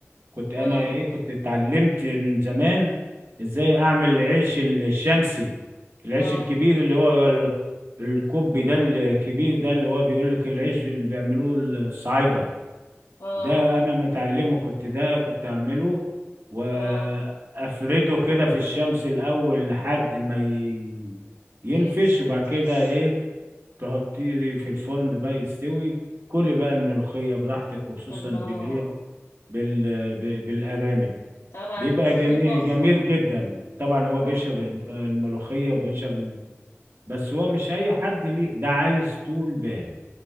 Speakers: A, on the right (about 55°); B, on the left (about 75°).
A: كنت انا
B: اه
A: ايه كنت اتعلمت من زمان ازاي اعمل العيش الشمسي العيش
B: اه
A: الكبير اللي هو ال- الكوبي ده الكبير ده اللي هو بيقول لك العيش اللي بيعملوه الصعايدة
B: اه
A: ده انا متعلمه كنت ده كنت اعمله وافرده
B: اه
A: كده في الشمس الاول لحد ما ي- ينفش
B: يتشنكش
A: وبعد كده ايه تحطيه في الفرن بقى يستوي كلي بقى الملوخية براحتك وخصوصا
B: الله
A: بالايه بال... ب- بالارانب
B: طبعا
A: بيبقى
B: دي
A: جميل
B: تحفة
A: جميل جدا طبعا هو
B: تحفة
A: بيشرب المل- الملوخية وبيشرب ال... بس هو مش أي حد ليه ده عايز طول بال